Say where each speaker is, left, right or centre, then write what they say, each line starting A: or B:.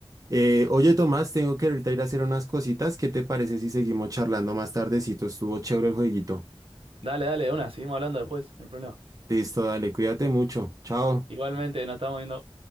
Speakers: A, on the right; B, on the right.
A: Eh, oye, Tomás, tengo que ahorita ir a hacer unas cositas. ¿Qué te parece si seguimos charlando más tardecito? Estuvo chévere el jueguito.
B: Dale, dale, de una, seguimos hablando después, no hay problema.
A: Listo, dale, cuídate mucho. Chao.
B: Igualmente, nos estamos viendo.